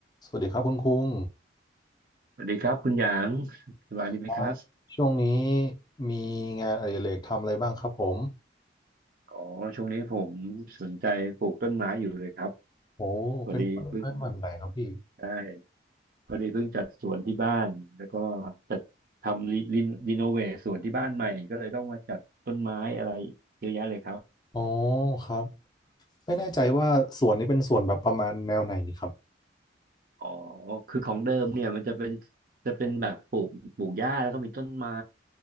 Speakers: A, on the left; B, on the right.
A: สวัสดีครับคุณคุง
B: สวัสดีครับคุณหยางสบายดีไหมครับ
A: ครับช่วงนี้มีงานอดิเรกทำอะไรบ้างครับผม
B: อ๋อช่วงนี้ผมสนใจปลูกต้นไม้อยู่เลยครับ
A: โอ้เป็นต้นไม้แบบไหนครับพี่
B: พอดีเพิ่งได้พอดีเพิ่งจัดสวนที่บ้านแล้วก็จัดทำรีรีรีโนเวทสวนที่บ้านใหม่ก็เลยต้องมาจัดต้นไม้อะไรเยอะแยะเลยครับ
A: อ๋อครับไม่แน่ใจว่าสวนนี้เป็นสวนแบบประมาณแนวไหนนี่ครับ
B: อ๋อ คือของเดิมเนี่ยมันจะเป็นจะเป็นแบบปลูกปลูกหญ้าแล้วก็มีต้นไม้